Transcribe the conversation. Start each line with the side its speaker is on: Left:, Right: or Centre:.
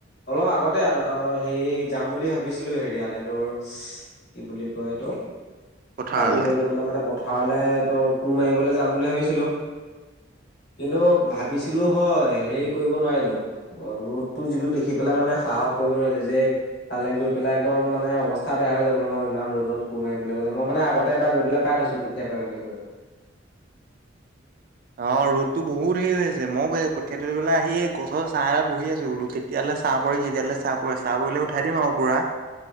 Left: অলপ আগতে হে যাম বুলি ভাবিছিলো হেৰিয়ালে তোৰ কি বুলি কয় ইটো
Right: পথাৰলে।
Left: কাম কৰিবলে মানে পথাৰলে তোৰ কোৰ মাৰিবলৈ যাম বুলি ভাবিছিলো। কিন্তু ভাবিছিলো হয় হেৰি কৰিব নোৱাৰিলো ৰ'দটো যিটো দেখি পেলাই মানে সাহস কৰিব নোৱাৰিলো যে তালে গৈ পেলায় একদম মানে অৱস্থা বেয়া হৈ যাব ন ইমান ৰ'দত কোৰ মাৰিবলৈ গ'লে মই মানে আগতে তে এবাৰ গৈ পেলে পাই থৈছো কঠিয়া পাৰিবলে গৈ।
Right: অঁ ৰ'দতো বহুত হেৰি হৈ আছে মই কঠীয়া তুলিবলে আহি এই গছৰ ছাঁ এটাত বহি আছো বোলো কেতিয়ালে ছাঁ পৰে কেতিয়ালৈ ছাঁ পৰে ছাঁ পৰিলে উঠাই দিম আৰু পুৰা।